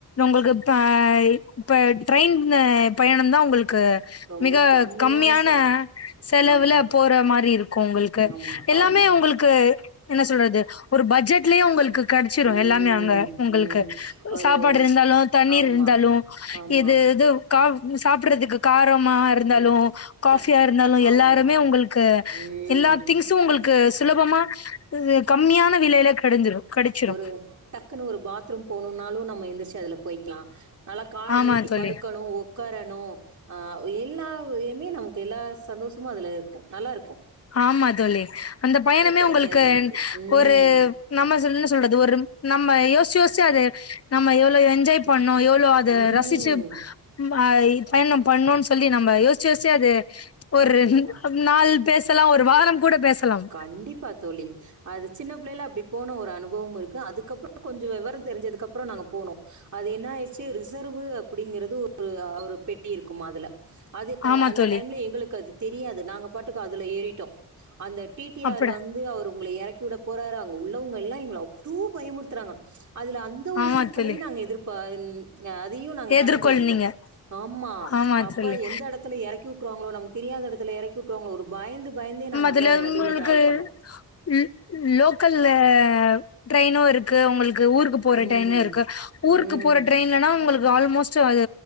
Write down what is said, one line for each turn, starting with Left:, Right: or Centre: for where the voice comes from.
Left: உங்களுக்கு இப்ப இப்ப ட்ரெயின் அ பயணந்தா உங்களு க்கு
Right: ரொம்ப
Left: மிக கம்மியான
Right: செலவு
Left: செலவுல
Right: ஆமா
Left: போற மாரி இருக்கு உங்களுக்கு
Right: ஆமா
Left: எல்லாமே
Right: ஆமா
Left: உங்களுக்கு என்ன சொல்றது ஒரு பட்ஜெட்லயே உங்களுக்கு கெடச்சிரு
Right: ம்,
Left: எல்லாமே அங்க உங்கள்க்கு
Right: ம். ஒரு
Left: சாப்பாடு இருந்தாலு தண்ணீர்
Right: ஆமா,
Left: இருந்தாலு
Right: ஆமா.
Left: இது இது கா சாப்பிட்றதுக்கு கார மா இருந்தாலு
Right: ம்.
Left: காஃபியா
Right: டக்
Left: இருந்தாலு
Right: ஆமா.
Left: எல்லாருமே உங்கள்க்கு
Right: ம்.
Left: எல்லா திங்ஸு உங்களு க்கு சுலபமா இது கம்மியான விலையில கெடஞ்சிரு கெடச்சிரு
Right: ஒரு டக்குனு ஒரு பாத்ரூம் போணுன்னாலு நம்ம எந்திரிச்சி அதுல போய்க்கலா நல்லா கால
Left: ஆமா
Right: நீட்டி
Left: தோழி
Right: படுக்கணு ஒ க்காரணு அ எல்லாயுமே நமக்கு எல்லா சந்தோஷமு அதுல இருக்கு நல்லாருக்கு
Left: ஆமா தோழி அந்த பயணமே
Right: கெடைக்காது
Left: உங்களுக்கு
Right: நமக்கு. ம்,
Left: ஒரு நம்ம ச என்ன சொல்றது ஒரு நம்ம யோசிச்சி யோசிச்சி அத நம்ம எவ்ளோ என்ஜாய் பண்ணோ எ வ்ளோ அத
Right: ம்.
Left: ரசிச்சு பய் பயணம் பண்ணோன் சொல்லி நம்ம யோசிச்சு யோசிச்சு அது ஒரு
Right: கண்டிப்பா.
Left: நாள் பேசலா ஒரு வாரம் கூட பேசலாம்
Right: கண்டிப்பா தோழி அது சின்ன பிள்ளைல அப்டி போன ஒரு அனுபவம் இருக்கு அதுக்கப்றோ கொஞ்சோ வெவர தெரிஞ்சதுக்குப்றோ நாங்க போனோ அது என்ன ஆயிடுச்சு ரிசர்வ் அப்படிங்கறது ஒரு ஒரு பெட்டி இருக்குமா அதுல அது
Left: ஆமா
Right: அந்த
Left: தோழி
Right: டைம்ல எங்களுக்கு அது தெரியாது நாங்க பாட்டுக்கு அதுல ஏறிட்டோ அந்த டி டி
Left: அப்பட
Right: ஆர் வந்து அவரு உங்கள எறக்கிவிட போறாரு அங்க உள்ளவங்க எல்லா எங்கள அவ்ளோ பயமுறுத்துறாங்க அதுல அந்த ஒரு
Left: ஆமா
Right: சிக்கலையு
Left: தோழி
Right: நாங்க எதிர் ப ன் அதையு நாங்க
Left: எதிர்கொள்
Right: கடந்து வந்தோ
Left: நீங்க
Right: ஆம்மா
Left: ஆமா
Right: அப்ப
Left: தோழி
Right: எந்த எடத் துல எறக்கி வுட்ருவாங்ளோ நமக்கு தெரியாத எடத்துல எறக்கி வுட்ருவாங்ளோ ஒரு பயந்து பயந்தே நாங்க
Left: அதுல
Right: வந்து அந்த வண்டியில
Left: உங்ள்க்கு
Right: டிராவல் பண்ணோம்
Left: ல் லோக்கல்ல ட்ரெயினு இரு க்கு உங்களுக்கு ஊருக்கு போற
Right: ம்
Left: டிரெயினு இருக்கு ஊருக்கு
Right: ம்
Left: போற ட்ரெயின்லனா உங்களு ஆல்மோஸ்ட் அது